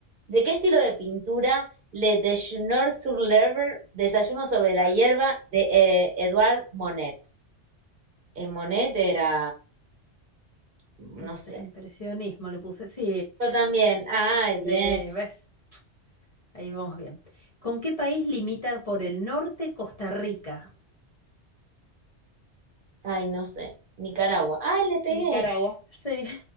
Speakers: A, on the right; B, on the left.
A: ¿De qué estilo de pintura? Le Déjeuner sur l'herbe, Desayuno sobre la hierba, de eh, Edouard Monet. Eh, Monet era, no
B: No sé,
A: sé.
B: impresionismo le puse. Sí.
A: Yo también. Ay, bien.
B: Sí, ¿ves? Ahí vamos bien. ¿Con qué país limita por el norte Costa Rica?
A: Ay, no sé. Nicaragua. Ay, le pegué.
B: Nicaragua. Sí,